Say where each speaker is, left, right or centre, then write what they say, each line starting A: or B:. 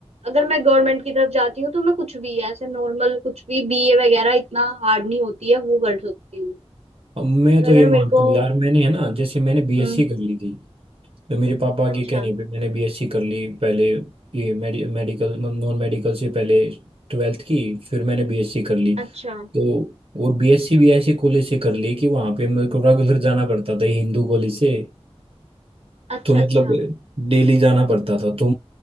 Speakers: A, on the right; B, on the right.
A: अगर मैं गवर्नमेंट की तरफ जाती हूँ तो मैं कुछ भी ऐसे नॉर्मल कुछ भी बीए वगैरह इतना हार्ड नहीं होती है वो कर सकती हूँ
B: अब मैं
A: और
B: तो
A: अगर
B: ये मानता
A: मेरे को
B: हूँ यार मैंने है ना जैसे मैंने बीएससी
A: हम्म
B: कर ली थी तो मेरे पापा
A: अच्छा
B: के कहने पे मैंने बीएससी कर ली पहले ये मेडि, मेडिकल नॉन मेडिकल से पहले ट्वेल्थ की फिर मैंने बीएससी कर ली
A: अच्छा
B: तो और बीएससी भी ऐसे कॉलेज से कर ली कि वहाँ पे मेरे को रेगुलर जाना पड़ता था ये हिंदू कॉलेज से
A: अच्छा
B: तो मतलब
A: अच्छा
B: डेली जाना पड़ता था तो